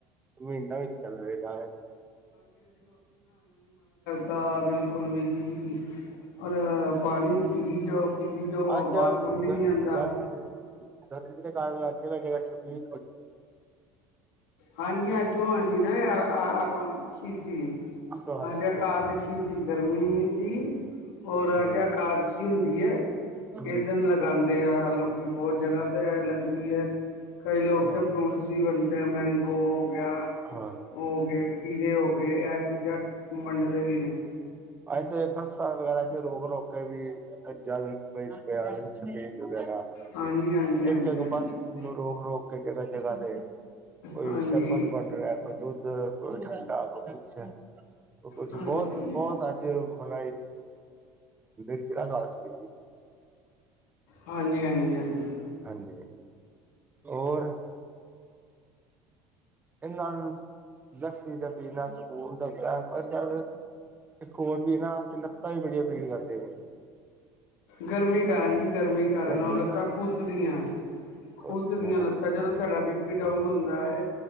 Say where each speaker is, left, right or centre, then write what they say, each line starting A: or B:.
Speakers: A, on the right; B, on the left.
A: ਮਹੀਨਾ ਵੀ, ਚਨਰੇਗਾ ਹੈਈ
B: ਦਾ ਬਿਲਕੁਲ ਵੀ ਜੀ ਔਰ ਪਾਣੀ ਪੀ ਜਾਓ ਪੀਵੀ ਜਾਓ
A: ਅੱਜ
B: ਬਾਥਰੂਮ ਵੀ
A: ਗਰ
B: ਨਹੀਂ ਆਂਦਾ।
A: ਗਰਮੀ-ਗਰਮੀ ਜਾ ਜਗਾ ਸ਼ਪਦੇ
B: ਹਾਂਜੀ ਅੱਜ ਔ ਸੀ ਨੇ ਇਕਾਰਸੀ ਸੀ
A: ਵਾਸਤੇ
B: ਅੱਜ ਅਕਾਦਸ਼ੀ ਸੀ ਗਰਮੀ ਸੀ
A: ਹੂੰ
B: ਔਰ
A: ਹੂੰ
B: ਅੱਜ ਅਕਾਦਸ਼ੀ ਦੀ ਹੈ ਇਹ
A: ਹੂੰ
B: ਦਿਨ ਲਗਾਉਂਦੇ ਆ ਲੋਕੀ ਬਹੁਤ ਜਗ੍ਹਾ ਤੇ ਲੱਗਦੀ ਹੈ ਕਈ ਲੋਕ
A: ਹਾਂ
B: ਤਾਂ ਫਰੂਟਸ ਵੀ ਵੰਡਦੇ ਆ ਮੈਂਗੋ ਹੋ ਗਿਆ
A: ਹਾਂ
B: ਹੋ ਗਏ ਖੀਰੇ ਹੋ ਗਏ। ਇਹ ਚੀਜ਼ਾਂ ਵੰਡਦੇ ਵੀ ਨੇ
A: ਅੱਜ ਤੇ ਬੱਸਾਂ ਵਗੈਰਾ ਚ ਰੋਕ ਰੋਕ ਕੇ ਵੀ ਜਲ ਪਿਆ। ਛਬੀਲ ਵਗੈਰਾ
B: ਹਾਂਜੀ ਹਾਂਜੀ ਹਾਂਜੀ
A: ਇੱਕ ਇੱਕ
B: ਹਾਂਜੀ
A: ਬਸ ਨੂੰ ਰੋਕ ਰੋਕ ਕੇ ਜਗ੍ਹਾ ਜਗ੍ਹਾ ਤੇ ਕੋਈ
B: ਹਾਂਜੀ
A: ਸ਼ਰਬਤ ਵੰਡ ਰਿਹਾ ਕੋਈ ਦੁੱਧ ਕੋਈ ਠੰਡਾ ਕੋਈ ਕੁਛ ਕੁਛ
B: ਹਾਂਜੀ
A: ਬਹੁਤ ਬਹੁਤ ਅ ਮ ਇਹ ਔਨਨ ਲ ਕਸ <inaudible>
B: ਹਾਂਜੀ ਹਾਂਜੀ ਹਾਂਜੀ
A: ਹਾਂਜੀ ਹੋਰ ਇਹਨਾਂ ਜ਼ਖਸੀ ਤੇ ਪੀਣਾ ਸਕੂਨ ਦਿੰਦਾ ਹੈ ਪਰ ਇੱਕ ਹੋਰ ਵੀ ਨਾ ਕਿ ਲੱਤਾਂ ਵੀ ਬੜੀਆਂ ਪੀੜ ਕਰਦੀ ਆ ਪਈਆਂ
B: ਗਰਮੀ ਕਾਰਨ ਜੀ ਗਰਮੀ ਕਾਰਨ
A: ਗਰਮੀ
B: ਉਹ ਲੱਤਾਂ ਕੂਚਦੀਆਂ।
A: ਕੁਛ
B: ਖੁਸ ਦੀਆਂ
A: ਦੇਣਾ
B: ਲੱਤਾਂ ਜਦੋਂ ਸਾਡਾ ਬੀ ਪੀ ਡਾਊਨ ਹੁੰਦਾ ਹੈ।